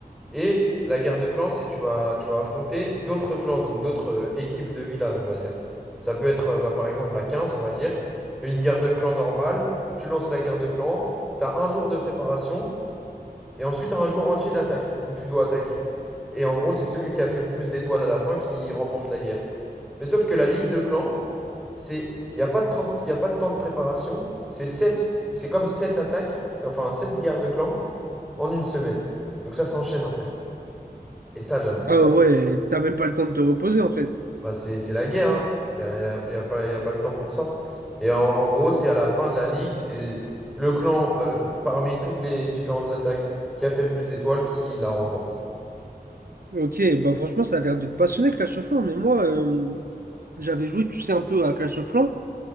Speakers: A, in the centre; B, on the right.
A: Et la guerre de clans, c'est tu vas, tu vas affronter d'autres clans, donc d'autres euh, équipes de villages, on va dire. Ça peut être, euh, bah, par exemple, à 15, on va dire, une guerre de clans normale, tu lances la guerre de clans, tu as un jour de préparation, et ensuite, t'as un jour entier d'attaque, où tu dois attaquer. Et en gros, c'est celui qui a fait le plus d'étoiles à la fin qui remporte la guerre. Mais sauf que la ligue de clans, c'est, il n'y a pas de 30 y a pas de temps de préparation, c'est sept- c'est comme 7 attaques, enfin 7 guerres de clans en une semaine. Donc ça s'enchaîne en fait. Et ça, j'ad- et
B: Ah
A: ça
B: ouais, t'as même pas le temps de te reposer en fait.
A: bah c'est c'est la guerre, hein. Il n'y a, y a- y a pas, y a pas le temps pour ça. Et en, en gros, c'est à la fin de la ligue, c'est le clan, avec- parmi toutes les différentes attaques, qui a fait le plus d'étoiles qui la remporte.
B: Ok, bah franchement, ça a l'air de te passionner Clash of Clans, mais moi, euh, j'avais joué, tu sais, un peu à Clash of Clans,